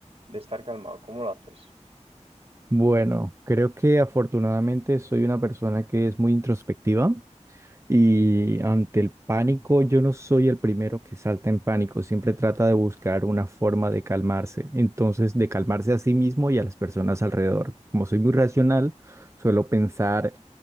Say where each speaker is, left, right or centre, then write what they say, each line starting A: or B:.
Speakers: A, on the right; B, on the right.
A: de estar calmado? ¿Cómo lo haces?
B: Bueno, creo que afortunadamente soy una persona que es muy introspectiva. Y ante el pánico, yo no soy el primero que salta en pánico, siempre trata de buscar una forma de calmarse, entonces de calmarse a sí mismo y a las personas alrededor. Como soy muy racional, suelo pensar,